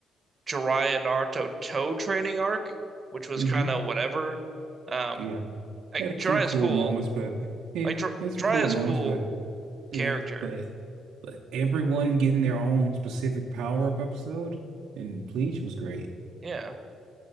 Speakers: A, on the right; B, on the right.
A: Jiraiya Naruto toe training arc, which was
B: hmm
A: kind of whatever. Um,
B: Yeah.
A: like
B: Had
A: Jiraiya's
B: some cool
A: cool,
B: moments, but yeah,
A: like Jir
B: had some
A: Jiraiya's
B: cool moments,
A: cool
B: but
A: character,
B: yeah, but but everyone getting their own specific power-up episode in Bleach was great.
A: yeah,